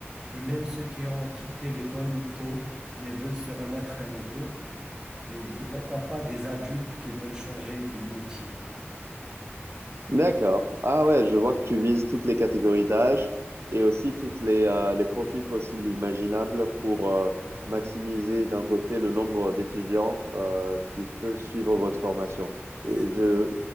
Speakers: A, on the right; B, on the right.
A: et même ceux qui ont quitté l'école tôt mais veulent se remettre à niveau et, et pourquoi pas des adultes qui veulent changer du métier.
B: D'accord. Ah ouais, je vois que tu vises toutes les catégories d'âge et aussi toutes les, euh, les profils possibles et imaginables pour euh, maximiser
A: Ou- ou-
B: d'un côté le nombre d'étudiants euh, qui peuvent suivre votre formation. Et
A: ça,
B: je,